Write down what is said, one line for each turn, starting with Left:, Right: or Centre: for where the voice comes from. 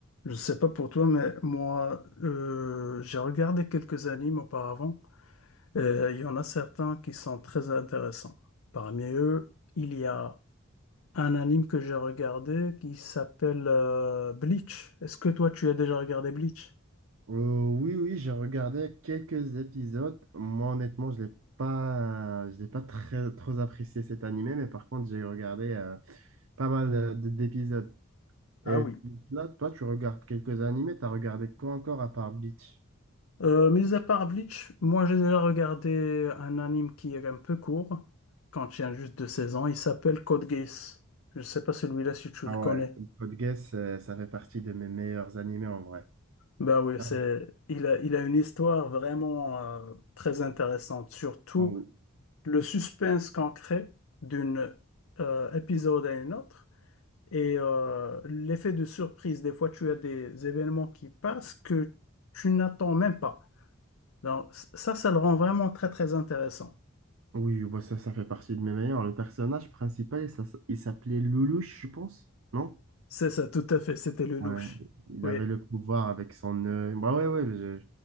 Left: Je sais pas pour toi, mais moi, euh, j'ai regardé quelques animes auparavant. et Il y en a certains qui sont très intéressants. Parmi eux, il y a un anime que j'ai regardé qui s'appelle euh, Bleach. Est-ce que toi, tu as déjà regardé Bleach?
Right: Euh, oui, oui, j'ai regardé quelques épisodes. Moi, honnêtement, je l'ai pas, je l'ai pas très, trop apprécié cet animé, mais par contre, j'ai regardé euh, pas mal euh, d- d'épisodes.
Left: Ah
Right: Et
Left: oui.
Right: là, toi, tu regardes quelques animés, t'as regardé quoi encore à part Bleach?
Left: Euh, mis à part Bleach, moi, j'ai déjà regardé un anime qui est un peu court, quand il y a juste deux saisons. Il s'appelle Code Geass. Je sais pas celui-là si tu
Right: Ah
Left: le connais.
Right: ouais, Code Geass, euh, ça fait partie de mes meilleurs animés en vrai.
Left: Ben oui,
Right: Ah,
Left: c'est, il a, il a une histoire vraiment euh, très intéressante, surtout
Right: en-
Left: le suspense qu'on crée d'une euh, épisode à une autre et euh, l'effet de surprise. Des fois, tu as des événements qui passent que tu n'attends même pas. Donc, c- ça, ça le rend vraiment très, très intéressant.
Right: oui, bah ça, ça fait partie de mes meilleurs. Le personnage principal, ça, s- il s'appelait Lelouch, je pense, non?
Left: C'est ça, tout à fait, c'était le
Right: Ouais,
Left: louche.
Right: il
Left: Oui,
Right: avait le pouvoir avec son œil. Bah ouais, ouais, je-